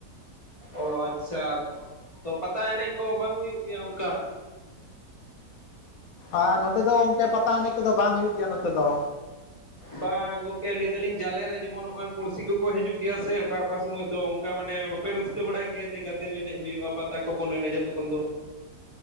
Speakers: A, on the left; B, on the left.
A: ᱚ ᱟᱪᱪᱷᱟ ᱛᱚ ᱯᱟᱛᱟ ᱮᱱᱮᱡ ᱠᱚ ᱵᱟᱝ ᱦᱩᱭᱩᱜ ᱚᱱᱠᱟ?
B: ᱟᱨ ᱱᱚᱛᱮ ᱫᱚ ᱜᱚᱢᱠᱮ ᱯᱟᱛᱟ ᱮᱱᱮᱡ ᱠᱚᱫᱚ ᱵᱟᱝ ᱦᱩᱭᱩᱜ ᱜᱮᱭᱟ ᱱᱚᱛᱮ ᱫᱚ᱾
A: ᱵᱟᱝ ᱜᱚᱝᱠᱮ ᱞᱟᱹᱭ ᱫᱟᱞᱤᱧ ᱡᱟᱞᱮ ᱨᱮ ᱡᱮᱢᱚᱱ ᱱᱚᱜᱼᱚᱭ ᱯᱩᱲᱥᱤ ᱠᱚᱠᱚ ᱦᱤᱡᱩᱜ ᱜᱮᱭᱟ ᱥᱮ ᱚᱠᱟ ᱚᱠᱟ ᱥᱩᱢᱟᱹᱭ ᱫᱚ? ᱚᱠᱟ ᱢᱟᱱᱮ ᱵᱟᱯᱮ ᱨᱟᱹᱥᱠᱟᱹ ᱵᱟᱲᱟᱭ ᱜᱮᱭᱟ ᱡᱮ ᱜᱟᱫᱮᱞ ᱮᱱᱮᱡ ᱦᱩᱭᱩᱜᱼᱟ ᱯᱟᱛᱟ ᱠᱚᱵᱚᱱ ᱮᱱᱮᱡᱟ ᱛᱚᱠᱷᱚᱱ ᱫᱚ᱾